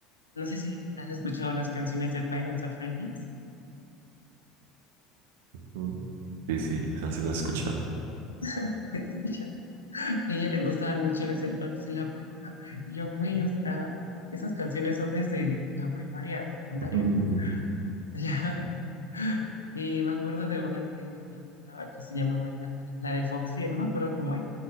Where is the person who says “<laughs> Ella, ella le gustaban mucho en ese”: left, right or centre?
Left